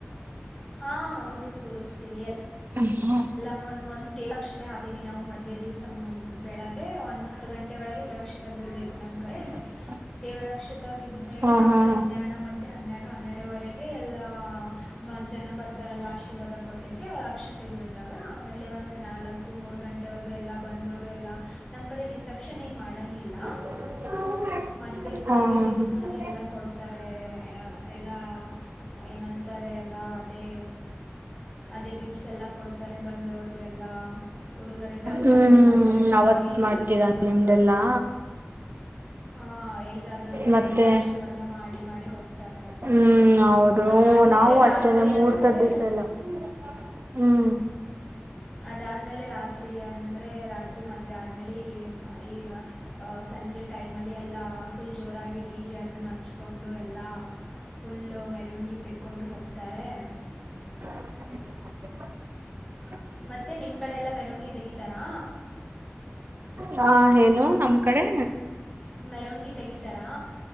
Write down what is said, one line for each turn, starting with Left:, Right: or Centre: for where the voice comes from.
Centre: ಹಾ ಹೌದು ಕೂರಿಸ್ತೀವಿ ಎ
Right: <inaudible>
Centre: ಎಲ್ಲ ಮೊದಲ ಮೊದಲ ದೇವ ಲಕ್ಷ್ಮಿ ಮತ್ತ ಹಾಕಿವವಿ ನಾವು ಮದ್ವೆ ದಿವ್ಸ ಮು ಬೆಳಗ್ಗೆ ಒಂದು ಹತ್ತು ಗಂಟೆ ಒಳಗೆ ದರಾಕ್ಷತೆ ಬೀಳ್ಬೇಕು ನಮಗೆ
Right: <inaudible>
Centre: ದೇವರಾಕ್ಷತೆ ಬಿದ್ಮೇಲೆ
Right: ಹಾ
Centre: ಆಮೇಲೆ
Right: ಹಾ ಹಾ
Centre: ಮಧ್ಯಾಹ್ನ ಮತ್ತು ಮತ್ತೆ ಹನ್ನೆಡು ಹನ್ನೆರಡವರೆಗೆ ಎಲ್ಲಾ ಮತ್ತ ಜನ ಬರ್ತಾರಲ್ಲ ಆಶೀರ್ವಾದ ಕೊಡ್ಲಿಕ್ಕೆ ಅವರ ಅಕ್ಷತೆ ಬೀ <unintelligible> ಆಮೇಲೆ ಒಂದ ನಾಲ್ಕು ಮೂರು ಗಂಟೆವರೆಗೂ ಎಲ್ಲಾ ಬಂದವರು ಎಲ್ಲ ನಮ್ ಕಡೆ ರಿಸೆಪ್ಟ ರಿಶಪ್ಷನ್ ಏನ ಮಾಡೋಂಗಿಲ್ಲ
Right: <inaudible>
Centre: ಮದ್ವೆ
Right: ಹಾ
Centre: ಮದುವೆ
Right: ಹಾ
Centre: ದಿವಸಾನ
Right: ಹಾ
Centre: ಎಲ್ಲ ಕೊಡ್ತಾರೆ ಎಲ್ಲ ಏನಂತಾರೆ ಎಲ್ಲ ಅದೇ ಅದೇ ಗಿಫ್ಟ್ಸಎಲ್ಲ ಕೊಡ್ತಾರೆ ಬಂದವರು ಎಲ್ಲ ಉಡುಗೊರೆ ತರ್ತಾರೆ
Right: ಹ್ಮ್
Centre: ಮತ್ತೆ ಎಲ್ಲಾ
Right: ಅವತ್ತ್
Centre: ಏಜ್
Right: ಮಾಡ್ತೀರಾ
Centre: ಆದವರು ಬಂದವರ
Right: ನಿಮ್ದೆಲ್ಲಾ?
Centre: ಹಾ ಏಜ್ ಆದ್ರು ಬಂದವರೆಲ್ಲ
Right: ಮತ್ತೆ
Centre: ಆಶೀರ್ವಾದ ಮಾಡಿ ಮಾಡಿ ಹೋಗ್ತಾರೆ
Right: ಹ್ಮ್ ಹೌದು
Centre: ಅದಾದಮೇಲೆ
Right: ನಾವು ಅಷ್ಟೇನೆ
Centre: ರಾತ್ರಿ
Right: ಮೂರ್ತದ
Centre: ಅಂದರೆ
Right: ದಿವ್ಸ ಎಲ್ಲಾ <unintelligible> ಹ್ಮ್
Centre: ಅದಾದ್ಮೇಲೆ ರಾತ್ರಿ ಅಂದ್ರೆ ರಾತ್ರಿ ಮದ್ವೆ ಆದ್ಮೇಲೆ ಈ ಈಗ ಅ ಸಂಜೆ ಟೈಮಲ್ಲಿ ಎಲ್ಲ ಫುಲ್ ಜೋರಾಗಿ ಡಿ ಜೆ ಅದನ್ನ ಹಚ್ಕೊಂಡು ಎಲ್ಲ ಫುಲ್ ಮೆರವಣಗಿ ತೆಕೊಂಡು ಹೋಗ್ತಾರೆ.
Right: <unintelligible>
Centre: <unintelligible> ಮತ್ತೆ ನಿಮ್ಮ ಕಡೆ ಎಲ್ಲಾ ಮೆರಣ್ಗಿ ತೆಗೀತಾರಾ..
Right: ಹ ಹೇನು ನಮ್ ಕಡೆ
Centre: ಮೆರಣಗಿ ತಗಿತಾರಾ